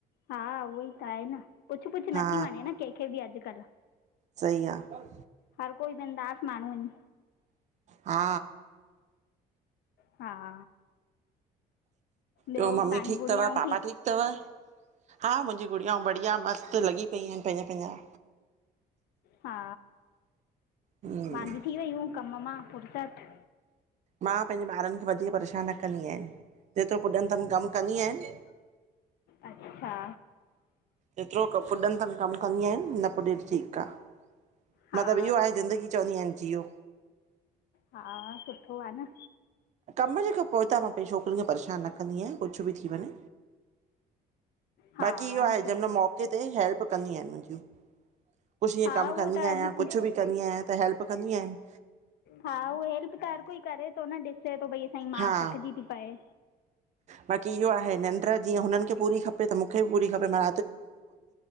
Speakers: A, on the left; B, on the right.
A: हा उहोई त आहे न, पुछु-पुछु
B: हा
A: नथी वणे न कंहिंखे बि अॼुकल्ह।
B: सही आहे।
A: हर कोई बिंदास माण्हू आहिनि।
B: हा।
A: हा। ॿियो
B: बियो मम्मी
A: तव्हांजी
B: ठीकु
A: गुड़ियाऊं
B: अथव? पापा ठीकु अथव? हा मुंहिंजी गुड़ियाऊं बढ़िया मस्तु लॻी पई आहिनि, पंहिंजा पंहिंजा
A: हा
B: हम्म
A: वांदी थी वयूं, कमु मां फुर्सत
B: मां पंहिंजे ॿारुनि खे वधीकु परेशान न कंदी आहियांनि, जेतिरो पुॼनिदमि कमु कंदी आहियांनि।
A: अच्छा।
B: जेतिरो क पुॼनिदमि कमु कंदी आहियानि न पुॼे ठीकु आहे।
A: हा
B: मतिलबु इहो आहे ज़िंदगी, चवंदी आहियानि जीओ।
A: हा, सुठो आहे न।
B: कमु जे खां पोइता मां पंहिंजी छोकिरियअ खे परेशानु न कंदी आहियां। कुझु बि थी वञे,
A: हा
B: बाक़ी इहो आहे
A: सही
B: जंहिं महिल मौके
A: आहे
B: उते हेल्प कंदियूं आहिनि मुंहिंजूं। कुझु ईअं
A: हा
B: कमु
A: उहो
B: कंदी
A: त अॼु
B: आहियां, कुझु बि कंदी आहियां त हैल्प कंदी आहिनि।
A: हा उहाई हेल्प त हर कोई करे थो न, ॾिसे थो भई असांजी माउ
B: हा
A: थकिजी थी पए।
B: बाक़ी इहो आहे निंड्र जीअं हुननि खे पूरी खपे, त मूंखे बि पूरी खपे मा